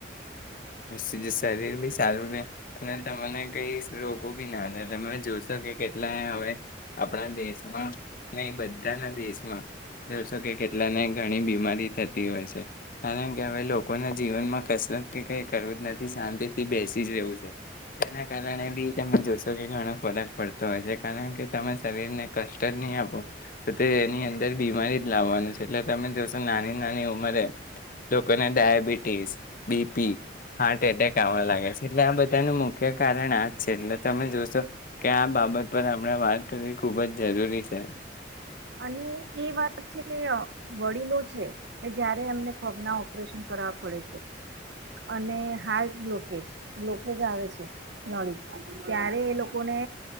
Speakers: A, on the left; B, on the right.
A: શરીર બી સારું રહે અને તને કઈ રોગો બી ના થાય તમે જોશો કે કેટલાય હવે આપણા દેશમાં ન બ ત્યાંના દેશમાં જોશો કે કેટલાને ઘણી બીમારી થતી હોય છે, કારણ કે હવે લોકોના જીવનમાં કસરત કે કઈ કરવું જ નથી શાંતિ થી બેસી જ રહેવું છે તેના કારણે બી તમે જોશો કે ઘણો ફરક પડતો હોય છે કારણ કે તમે શરીરને કષ્ટ નહી આપો તો તે એની અંદર બીમારી જ લાવવાનું છે એટલે તમે જોશો નાની નાની ઉંમરે લોકોને ડયાબિટીસ, બીપી હાર્ટ એટેક આવા લાગે છે એટલે આ બધાનું મુખ્ય કારણ આ જ છે, એટલે તમે જોશો કે આ બાબત પર આપણે વાત કરવી ખૂબ જ જરૂરી છે
B: અને એ વાત છે કે વડીલો છે, કે જયારે એમને પગના ઓપરેશન કરવા પડે છે, અને હાર્ટ બ્લોકેજ બ્લોકેજ આવે છે, નળી ત્યારે એ લોકોને